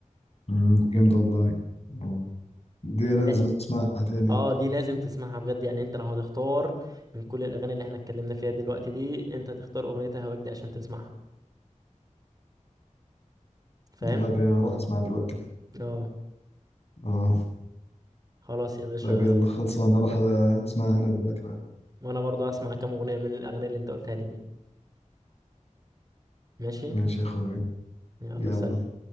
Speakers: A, on the left (about 50°); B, on the right (about 30°).
A: أمم، جامدة والله اه دي لازم
B: لا،
A: اسمعها تاني
B: اه دي لازم تسمعها بجد يعني انت لو هتختار من كل الاغاني اللي احنا اتكلمنا فيها دلوقتي دي انت تختار اغنيه اهواك دي عشان تسمعها فاهم
A: دي. لا دي هروح اسمعها دلوقتي
B: اه
A: اه
B: خلاص يا باشا
A: طب يلا خلصانة اروح اسمعها انا دلوقتي بقى
B: وانا برضو هسمع كام اغنيه من الاغاني اللي انت قلتها لي دي ماشي
A: ماشي يا اخوي
B: يلا
A: يلا
B: سلام